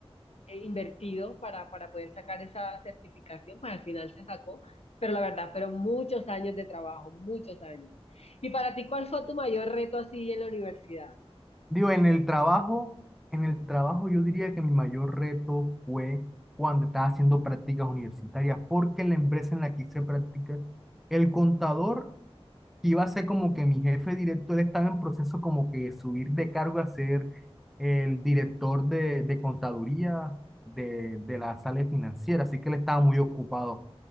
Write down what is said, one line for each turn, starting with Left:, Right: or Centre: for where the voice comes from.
Left: eh, invertido para, para poder sacar esa certificación, pues al final se sacó, pero la verdad fueron muchos años de trabajo, muchos años. ¿Y para ti cuál fue tu mayor reto así en la universidad?
Centre: Digo, en el trabajo, en el trabajo yo diría que mi mayor reto fue cuando estaba haciendo prácticas universitarias, porque la empresa en la que hice prácticas, el contador iba a ser como que mi jefe director estaba en proceso como que subir de cargo a ser el director de, de contaduría de, de la sala financiera, así que él estaba muy ocupado.